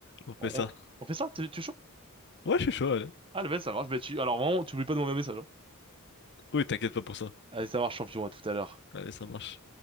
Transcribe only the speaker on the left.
on fait
ça.
Ouais, je suis chaud, allez.
Oui, t'inquiète pas pour ça.
Allez, ça marche.